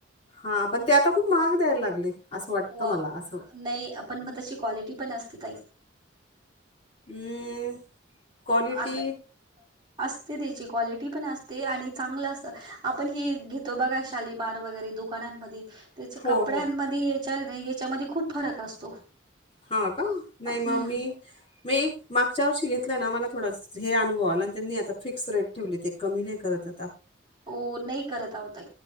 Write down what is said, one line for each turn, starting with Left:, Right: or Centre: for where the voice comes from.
Left: हा पण ते आता खूप महाग द्यायला लागले असं वाटतं
Right: वा
Left: मला असं
Right: नाही आपण मग तशी क्वालिटी पण असते तई
Left: हम्म क्वालिटी
Right: आता असते त्याची क्वालिटी पण असते आणि चांगलं असतं आपण हेी घेतो बघा शालीमार वगैरे दु दुकानामध्ये त्याच्या
Left: हो
Right: कपड्यांमध्ये
Left: हो
Right: याच्या याच्यामध्ये खूप फरक असतो
Left: हा का नाही
Right: हम्म
Left: मम ममी मी एक मागच्या वर्षी घेतलं ना मला थोडा हे अनुभव आला आणि त्यांनी आता फिक्स रेट ठेवली ते कमी नाही करतात कुत्ता
Right: हो नाही करत आहतय